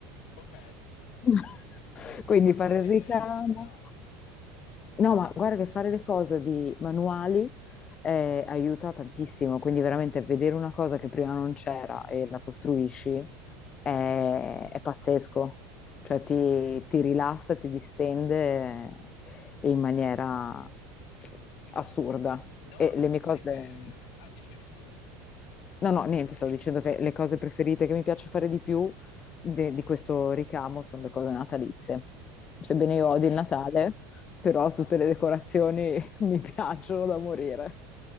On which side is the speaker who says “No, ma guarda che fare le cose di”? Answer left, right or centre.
Left